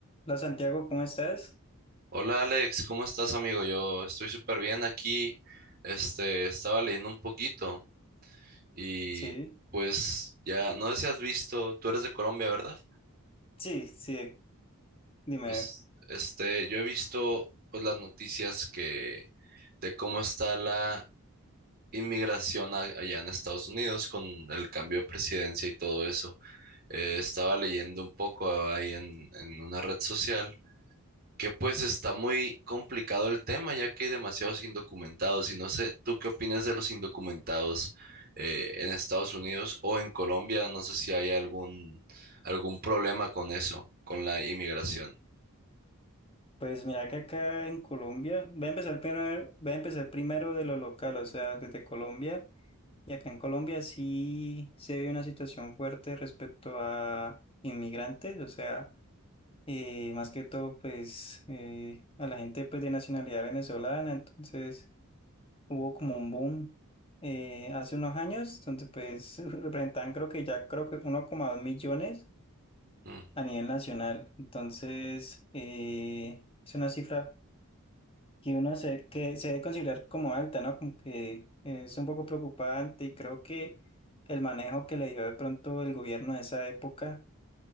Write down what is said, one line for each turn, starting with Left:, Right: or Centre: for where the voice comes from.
Left: Hola Santiago, ¿cómo estás?
Right: Hola Alex, ¿cómo estás amigo? Yo estoy súper bien aquí. Este, estaba leyendo un poquito y
Left: Sí,
Right: pues ya, no sé si has visto, tú eres de Colombia, ¿verdad?
Left: sí, sí, dime.
Right: Pues este, yo he visto pues las noticias que de cómo está la inmigración a- allá en Estados Unidos con el cambio de presidencia y todo eso. Eh, estaba leyendo un poco ahí en, en una red social que pues está muy complicado el tema, ya que hay demasiados indocumentados y no sé, ¿tú qué opinas de los indocumentados eh, en Estados Unidos o en Colombia? No sé si hay algún, algún problema con eso, con la inmigración.
Left: Pues mira que acá en Colombia, voy a empezar primero, voy a empezar primero de lo local, o sea, desde Colombia. Y acá en Colombia sí se ve una situación fuerte respecto a inmigrantes, o sea, eh, más que todo pues eh, a la gente pues de nacionalidad venezolana, entonces hubo como un boom eh, hace unos años, donde pues <laughs> representaban creo que ya creo que uno coma dos millones
Right: Mm.
Left: a nivel nacional. Entonces, eh, es una cifra que uno se, que se debe considerar como alta, ¿no? Como que es un poco preocupante y creo que el manejo que le dio de pronto el gobierno de esa época